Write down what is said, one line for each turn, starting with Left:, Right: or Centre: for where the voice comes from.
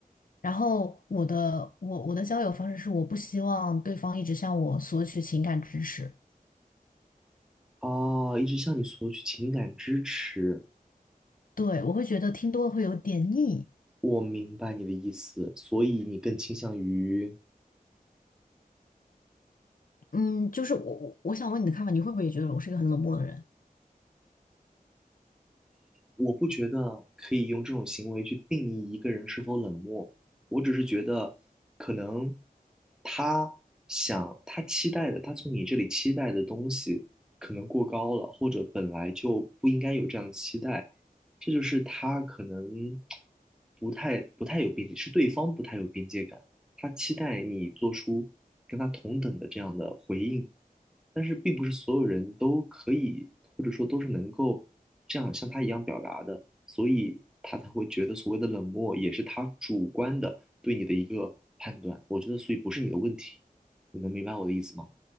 Left: 然后我的我我的交友方式是我不希望对方一直向我索取情感支持，
Centre: 哦，一直向你索取情感支持，
Left: 对，我会觉得听多了会有点腻。
Centre: 我明白你的意思，所以你更倾向于
Left: 嗯，就是我我我想问你的看法，你会不会也觉得我是一个很冷漠的人？
Centre: 我不觉得可以用这种行为去定义一个人是否冷漠，我只是觉得可能他想他期待的，他从你这里期待的东西可能过高了，或者本来就不应该有这样的期待，这就是他可能不太不太有边界，是对方不太有边界感。他期待你做出跟他同等的这样的回应，但是并不是所有人都可以，或者说都是能够这样像他一样表达的，所以他才会觉得所谓的冷漠也是他主观的对你的一个判断。我觉得，所以不是你的问题，你能明白我的意思吗？